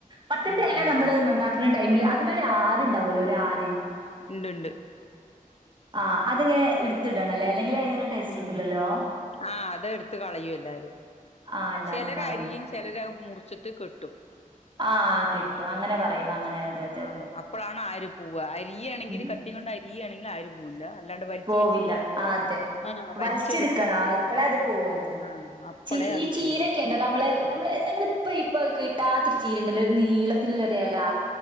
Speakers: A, on the right (about 35°); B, on the left (about 45°).
A: മത്തന്റെ
B: ഉം
A: അല
B: ഉം
A: നമ്മള്
B: ഉം
A: നന്നാക്കുന്ന ടൈമില് അതിനൊരു ആരുണ്ടാവല്ലോ ഒരു ആര്
B: ഉണ്ട്ണ്ട്
A: ആഹ് അതെങ്ങനെ എടുത്തിടണല്ലേ അല്ലെങ്കിൽ അതിനറെ ടേസ്റ്റ്
B: ഉം
A: കിട്ടൂലല്ലോ
B: ആഹ് അതെടുത്ത കളയും എല്ലാരും
A: ആഹ് എല്ലാരും
B: ചിലര്
A: കള
B: അരിയും ചിലര മുറിച്ചിട്ട് കെട്ടും
A: ആഹ് കിട്ടും അങ്ങനെ പറയോ അങ്ങനെ അതെ അതെ
B: ആഹ്
A: അതെ
B: അപ്പഴാണ് ആര് പൂവ അരിയാണെങ്കിൽ
A: ഉം
B: കത്തിനൊണ്ട് അരിയാണെങ്കിൽ ആര് പോവില്ല അല്ലാണ്ട് വലിച്ച്
A: പോവില്ല
B: വലിച്ചിട്ട്
A: ആ അതെ
B: ആഹ് വലിച്ചെടുക്കുമ്പോ
A: വലിച്ചെടുക്കണം അപ്പളെ അത് പോവല്ലോ
B: ആഹ് അപ്പളേ
A: ച
B: അത്
A: ചീരക്കെ
B: പോവൂ
A: ഉണ്ടോ നമ്മളെ നമ്മ നമ്മള് ഇപ്പൊ ഇപ്പൊ കിട്ടാത്തൊരു ചീര ഉണ്ടല്ല ഒരു നീളത്തി ഒരല്ലാ